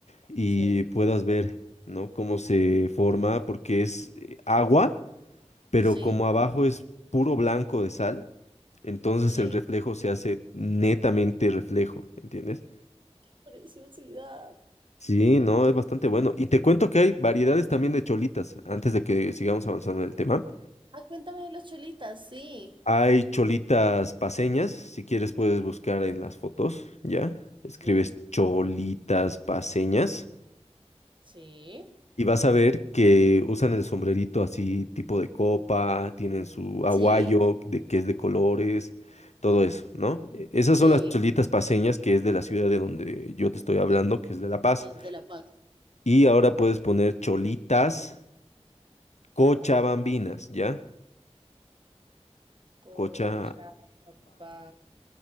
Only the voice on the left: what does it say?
y
puedas ver, ¿no? Cómo se forma, porque es eh, agua pero
como abajo es puro blanco de sal, entonces
el reflejo se hace netamente reflejo, ¿entiendes?
Sí, no, es bastante bueno. Y te cuento que hay variedades también de cholitas, antes de que sigamos avanzando en el tema.
Hay cholitas paseñas, si quieres puedes buscar en las fotos, ¿ya? Escribes
cholitas paseñas
Y vas a ver que usan el sombrerito así, tipo de copa, tienen su aguayo,
de, que es de colores, todo eso, ¿no? E- Esas
son las cholitas paseñas, que es de la ciudad de donde yo te estoy hablando, que es de La Paz.
Y ahora puedes poner cholitas cochabambinas, ¿ya?
Cochabambinas.